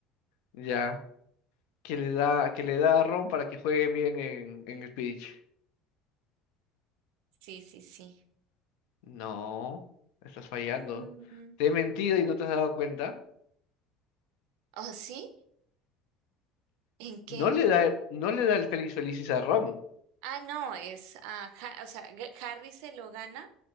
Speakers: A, on the left; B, on the right.
A: ya. que le da, que le da a Ron para que juegue bien en, en el pitch.
B: Sí, sí, sí.
A: No, estás fallando.
B: Mm.
A: Te he mentido y no te has dado cuenta.
B: ¿Oh, sí? ¿En qué?
A: No le da, no le da el feliz felices a Ron.
B: Ah, no, es, ah, Ha- o sea, G- Harry se lo gana,